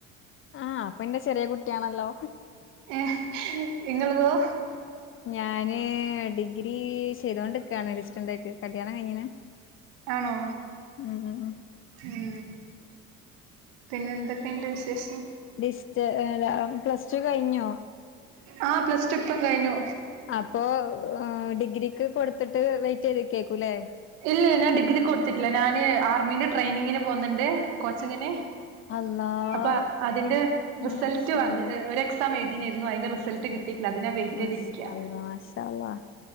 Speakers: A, on the left; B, on the right.
A: ആഹ് അപ്പം ഇന്റെ ചെറിയ കുട്ട്യാണല്ലോ
B: ഏഹ് ഇങ്ങളതോ
A: ഞാന് ഡിഗ്രി ചെയ്തോണ്ട്ക്കാണ് ഡിസ്റ്റെൻ്റായിട്ട് കല്യാണം കഴിഞ്ഞ്ണ്
B: ആണോ
A: ഉം ഉം ഉം
B: ഉം പിന്നെ എന്തെക്കേണ്ട് വിശേഷം
A: ഡിസ്റ്റ് ഏഹ് ലാ പ്ലസ് ടൂ കഴിഞ്ഞോ
B: ആഹ് പ്ലസ് ടു ഇപ്പം കഴിഞ്ഞു
A: അപ്പോ ഡിഗ്രിക്ക് കൊടുത്തിട്ട് വെയിറ്റ് ചെയ്ത് നിക്കേക്കൂല്ലേ
B: ഇല്ല ഞാൻ ഡിഗ്രിക്ക് കൊടുത്തിട്ടില്ല ഞാന് ആർമീന്റെ ട്രെയിനിങ്ങിന് പോവുന്നുണ്ട് കോച്ചിങ്ങിന്
A: അല്ലാഹ്
B: അപ്പ അതിന്റെ റിസൾട്ട്
A: മാഷാ
B: വന്ന്
A: അല്ലാഹ്
B: ഏഹ് ഒരേ എക്സാം എഴുതീനേരുന്നു അതിന്റെ റിസൾട്ട് കിട്ടിയിട്ടില്ല അത് ഞാൻ വെയിറ്റ്
A: മാഷാ
B: ചെയ്തിരിക്കാ
A: അല്ലാഹ് മാഷാ അല്ലാഹ്